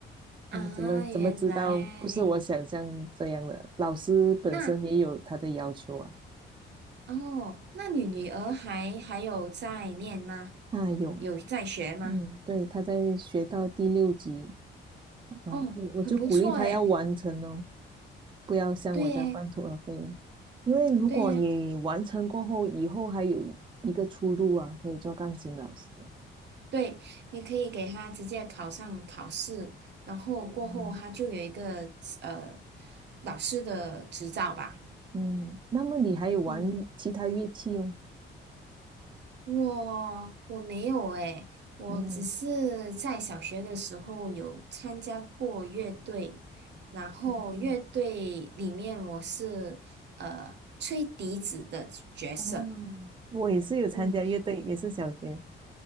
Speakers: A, on the right; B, on the right.
A: 啊，
B: 啊，怎么怎么知道不是我想象这样的？
A: 原来
B: 老师本身也有他的要求啊。
A: 那哦，那你女儿还还有在念吗？
B: 啊，有，
A: 有在学吗？
B: 嗯，对，他在学到第六级，啊，
A: 哦，
B: 我我就鼓励他要完成哦，
A: 很不错诶，
B: 不要像我这样半途而废了
A: 对诶，
B: 因为如果你完成过后，
A: 对呀，
B: 以后还有一个出路啊，可以做钢琴老师啊。
A: 对，你可以给她直接考上考试，然后过后她就有一个呃
B: 嗯
A: 老师的执照吧，
B: 嗯，那么你还有玩其他乐器哦？
A: 嗯。我我没有诶，我只是在小学的时候有参加过乐队，
B: 哦，
A: 然后乐队里面我是呃吹笛子的角色，
B: 嗯，哦，我也是有参加乐队，
A: 嗯，
B: 也是小学。